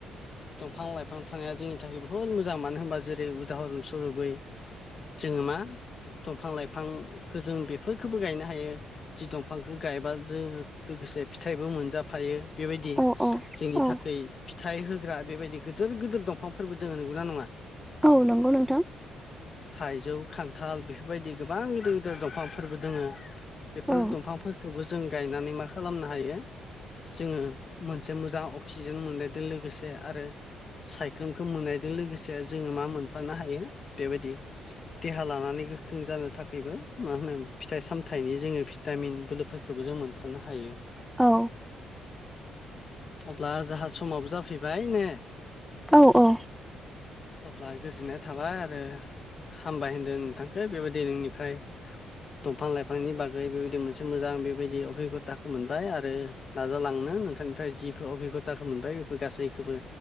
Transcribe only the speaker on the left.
बिफां लाइफां थानाया जोंनि थाखाय बहुत मोजां मानो होनबा जेरै उदाहरन सरबै। जोङो मा दंफां लाइफांखौ जों बेफोरखो बो गायनो हायो जि दंफांखौ गायबा जोङो लोगोसे फिथाइबो मोनजाफायो। बेबायदि
जोंनि
थाखै फिथाइ होग्रा बेबायदि गिदिर गिदिर दंफांफोरबो दङ नंगौना नङा?
थाइजौ खान्थाल बेफोरबायदि गोबां गिदिर गिदिर दंफांफोरबो दोङो। बेफोर
दंफांफोरखौबो जों गायनानै मा खालामनो हायो? जोङो मोनसे मोजां अक्सिजेन मोननायजों लोगोसे आरो सायख्लुमखौ मोननायजों लोगोसे जोङो मा मोनफानो हायो बेबायदि। देहा लानानै गोख्रों जानो थाखायबो मा होनो? फिथाइ सामथायाइनि जोङो भिटामिन बोलोफोरखौबो जों मोनफानो हायो।
अब्ला जोंहा समावबो जाफैबाय ने?
अब्ला गोजोननाय थाबाय आरो हामबाय होनदों नोंथांखौ बेबायदि नोंनिफ्राय दंफां लाइफांनि बागै बेबायदि मोनसे मोजां बेबायदि अबिगथाखौ मोनबाय आरो। नाजालांनो नोंथांनिफ्राय जि अबिगथाखौ मोनबाय बेफोर गासैखौबो